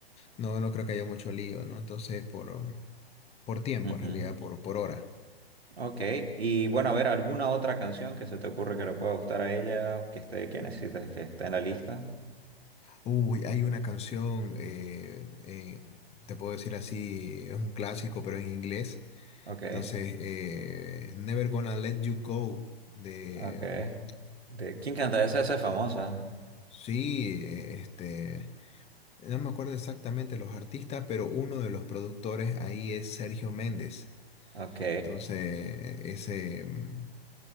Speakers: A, on the left; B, on the right.
A: no, no creo que haya mucho lío, ¿no? Entonces, por, um, por tiempo,
B: Ujú.
A: en realidad, por, por hora.
B: Ok, y bueno, a ver, ¿alguna otra canción que se te ocurre que le pueda gustar a ella, que esté, que necesites que esté en la lista?
A: Uy, hay una canción, eh, eh, te puedo decir así, es un clásico, pero en inglés.
B: Ok,
A: Entonces, eh, Never Gonna Let You Go, de...
B: ok. ¿De quién canta esa? Esa es famosa.
A: Sí, eh, este, no me acuerdo exactamente los artistas, pero uno de los productores ahí es Sergio Méndez.
B: Ok,
A: Entonces, ese, mm,